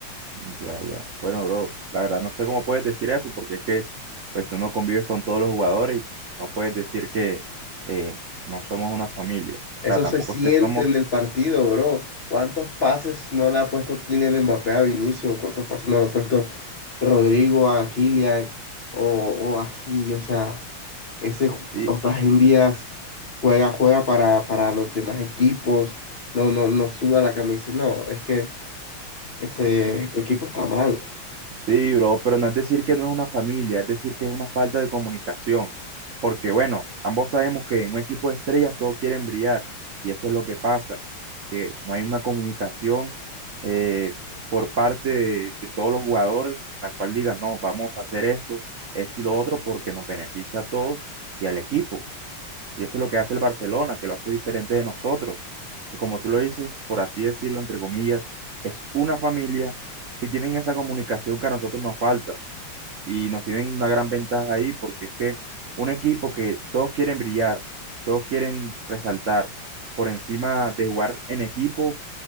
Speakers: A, on the right (about 60°); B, on the left (about 55°).
A: Ya, ya. Bueno, bro, la verdad no sé cómo puedes decir eso, porque es que pues tú no convives con todos los jugadores y no puedes decir que eh, no somos una familia.
B: Eso
A: O sea, tampoco
B: se siente
A: es que somos,
B: en el partido, bro. ¿Cuántos pases no le ha puesto Kylian Mbappé a Vinicius? ¿Cuántos pases no le ha puesto Rodrigo a Kylian? O, o así, o sea, ese
A: y,
B: en Díaz juega, juega para, para los demás equipos. No, no, no suda la camisa. No, es que ese, tu equipo está mal.
A: Sí, bro, pero no es decir que no es una familia, es decir que es una falta de comunicación. Porque bueno, ambos sabemos que en un equipo de estrellas todos quieren brillar y eso es lo que pasa, que no hay una comunicación eh, por parte de, de todos los jugadores, la cual diga, no, vamos a hacer esto, esto y lo otro porque nos beneficia a todos y al equipo. Y eso es lo que hace el Barcelona, que lo hace diferente de nosotros que como tú lo dices, por así decirlo, entre comillas, es una familia, si tienen esa comunicación que a nosotros nos falta y nos tienen una gran ventaja ahí, porque es que un equipo que todos quieren brillar, todos quieren resaltar por encima de jugar en equipo,